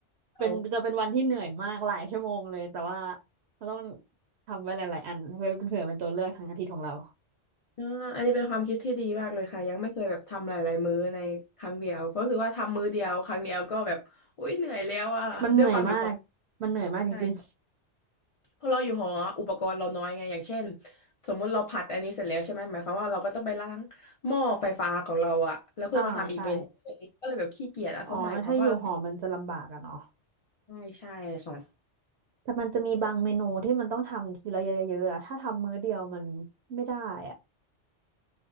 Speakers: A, on the right; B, on the left.
A: เป็นจะเป็นวันที่เหนื่อยมากหลายชั่วโมงเลยแต่ว่า
B: เรา
A: เราต้องทำไว้หลายๆอันเพื่อเผื่อเป็นตัวเลือกทางอาทิตย์ของเรา
B: อ่าอันนี้เป็นความคิดที่ดีมากเลยค่ะยังไม่เคยแบบทำหลายๆมื้อในครั้งเดียวเพราะรู้สึกว่าทำมื้อเดียวครั้งเดียวก็แบบอุ๊ยเหนื่อยแล้วอ่ะด้วยความอยู่หอ
A: มันเหนื่อยมากมันเหนื่อยมากจริง
B: ใช่ พอเราอยู่หออุปกรณ์เราน้อยไงอย่างเช่นสมมุติเราผัดอันนี้เสร็จแล้วใช่ไหมหมายความว่าเราก็ต้องไปล้างหม้อไฟฟ้าของเราอะแล้วเพื่อมาทำอีกเมนู
A: ๆ <laughs> อ่าใช่
B: ก็เลยแบบขี้เกียจอะเพราะหมายความว่า
A: อ๋อถ้าอยู่หอมันจะลำบากอะเนาะ
B: ใช่ใช่ค่ะ
A: แต่มันจะมีบางเมนูที่มันต้องทำทีละเยอะๆอะถ้าทำมื้อเดียวมันไม่ได้อะ